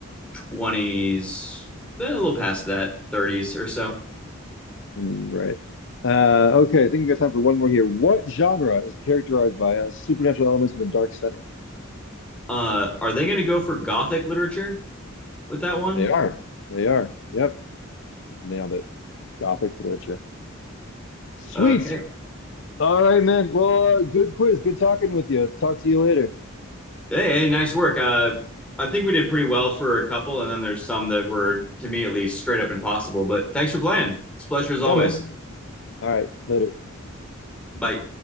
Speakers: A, in the centre; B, on the left.
A: 20s, then a little past that, 30s or so.
B: Mm, Right. Uh, okay, I think we've got time for one more here. What genre is characterized by uh, supernatural elements in a dark setting?
A: Uh, are they going to go for Gothic literature with that one?
B: They are. They are. Yep. Nailed it. Gothic literature. Sweet.
A: Okay.
B: All right, man. Well, uh, good quiz. Good talking with you. Talk to you later.
A: Hey, hey, nice work. Uh, I think we did pretty well for a couple, and then there's some that were, to me at least, straight up impossible. But thanks for playing. It's a pleasure as
B: Yeah,
A: always.
B: man. All right. Later.
A: Bye.